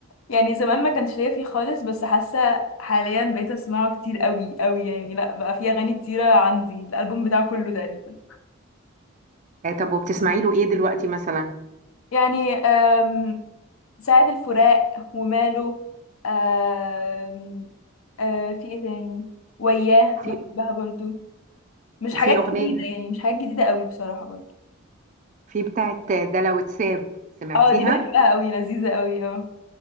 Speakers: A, on the left; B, on the right.
A: يعني زمان ما كانش ليا فيه خالص بس حاسه حاليا بقيت اسمعه كتير قوي قوي يعني لا بقى فيه اغاني كتيره عندي الالبوم بتاعه كله تقريبا
B: آه طب وبتسمعي له ايه دلوقتي مثلا
A: يعني أم، سعد الفراق وماله أم، أه، في ايه تاني وياه
B: في
A: بحبها برضو مش
B: وفي
A: حاجات
B: أغنية
A: جديده يعني مش حاجات جديده قوي بصراحه برضو
B: في بتاعت دلع وتساب سمعتيها
A: اه دي بحبها قوي لذيذه قوي اه